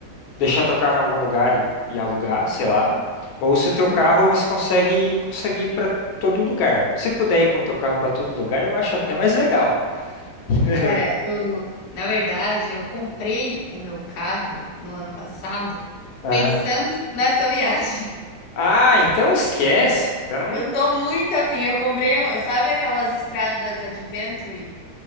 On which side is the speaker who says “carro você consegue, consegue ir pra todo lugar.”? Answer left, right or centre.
Left